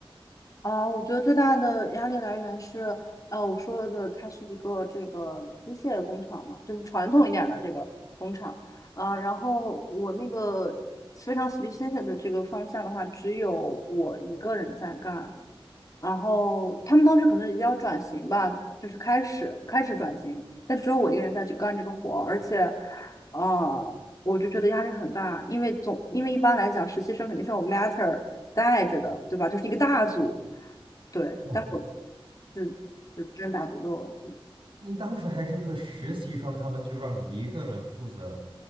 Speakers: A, on the left; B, on the right.
A: 哦，我觉得最大的压力来源是，呃，我说的它是一个这个机械工厂嘛，就是传统一点的这个工厂啊，然后我那个非常 specific 的这个方向的话，只有我一个人在干，然后他们当时可能也要转型吧，就是开始开始转型，但只有我一个人在去干这个活儿而且，呃，我就觉得压力很大，因为总因为一般来讲，实习生肯定是有 matter 带着的，对吧？就是一个大组。对，
B: 哦
A: 但我是是单打独斗。
B: 您当时还是个实习生，他们就让你一个人负责，